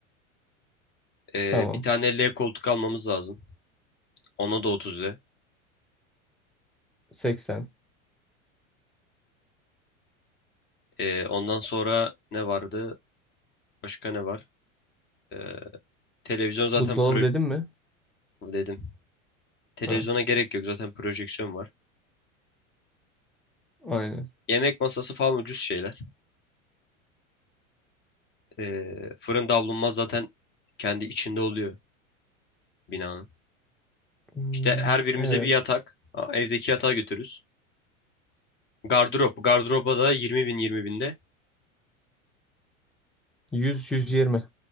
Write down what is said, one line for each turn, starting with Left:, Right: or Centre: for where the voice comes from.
Left: Ee,
Centre: <laughs> Tamam.
Left: bir tane L koltuk almamız lazım. Ona da 30 de.
Centre: 80.
Left: Ee, ondan sonra ne vardı? Başka ne var? Ee, televizyon zaten
Centre: Buzdolabı
Left: pro
Centre: dedim mi?
Left: dedim. Televizyona
Centre: Ha,
Left: gerek yok zaten projeksiyon var.
Centre: aynen.
Left: Yemek masası falan ucuz şeyler. Ee, fırın davlumbaz zaten kendi içinde oluyor binanın.
Centre: Hmm,
Left: İşte her birimize
Centre: evet.
Left: bir yatak. a- Evdeki yatağı götürürüz. Gardırop. Gardıroba da 20 bin 20 binde.
Centre: 100 120